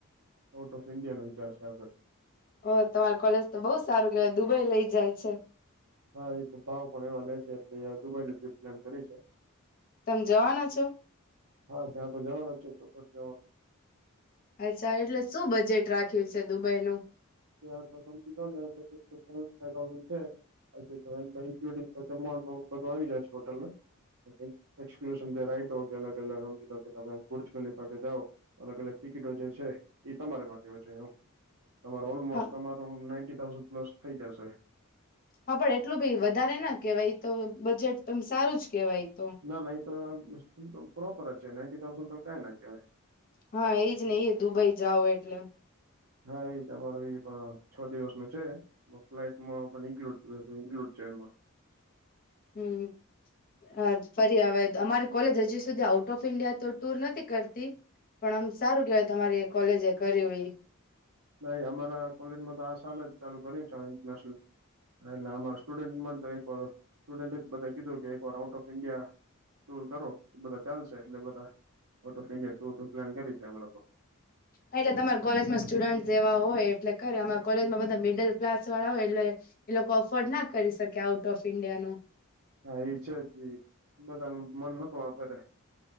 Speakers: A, on the right; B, on the left.
A: ઔટ ઓફ ઈન્ડિયાનો વિચાર છે, આગળ
B: ઓ તમાર કોલેજ તો બો સારુ કેવાય દુબઈ લઇ જાય છે.
A: હા એ તો ભાવ પણ એવા લય છે એટલે દુબઈ નું ટ્રીપ પ્લાન કરી છે.
B: તમ જવાનાં છો.
A: હા ત્યાં તો જવાનો જ છુ, ચોક્કસ જવાનુ
B: અચ્છા એટલે શું બજેટ રાખ્યું છે, દુબઈનુ
A: અત્યરે તો સમજી લોને સેવેન્ટી ફાઇ થાઉઝંન્ડ છે. અચ્છા તો ઇન્ક્લુડિન જમવાનું બધું આવી જાય છે, હોટલ ને એકદમ એક્સકલુસીવ અલગ અલગ બુર્જખલીફા કે જાઓ. અલગ અલગ ટિકિટો જે છે ઈ તમારે માટે હોય છે એમ ઓલમોસ્ટ
B: હ
A: અમારું નાઇન્ટી થાઉઝન્ડ પ્લસ થય જશે.
B: હા પણ એટલું બી વધારે ના કેવાય ઈ તો બજેટ તમ સારું જ કેવાય ઈ તો
A: ના ના ઈ તો મીન્સ આમ પ્રોપર જ છે નાઇન્ટી થાઉઝન્ડ તો કાંય ના કેવાય
B: હા ઈજ ને ઈ દુબઈ જાવ એટલે
A: હા ઈ જ અમારો ઈ પણ છો દિવસ નો છે. વકલાઇટમાં પણ ઇન્લુડ જુએ ઇન્લુડ છે, એમા
B: હમ્મ આજ ફરી અવાય અમારી કોલેજ હજી સુધી આઉટ ઓફ ઇન્ડિયા તો ટુર નથી કરતી. પણ આમ સારું કેવાય તમારી કોલેજ એ કરીયુ ઈ.
A: નય અમારા કોલેજમાં તો આ સલ જ ચાલુ કરીચુ છે આ ઇન્ટરનેશનલ હ એટલે આમાં સ્ટુડન્ટ મન તો એક વાર સ્ટુડન્ટ એજ બધા કીધું કે એક વાર આઉટ ઓફ ઇન્ડિયા ટુર કરો બધા ચાલશે એટલે બધા આઉટ ઓફ ઇન્ડિયા ટુર નું પ્લાન કરી છે અમે લોકો.
B: હ એટલે તમાર કોલેજમાં સ્ટુડન્ટ જેવા હોય એટલે કર અમાર કોલેજમાં બધા મિડલ ક્લાસ વાળા હોય એટલે એ લોકો અફોર્ડ ના કરી શકે આઉટ ઓફ ઇન્ડિયા નું.
A: હા ઈ છે જ ઈ, બધા નું મન નોતું આપેરે.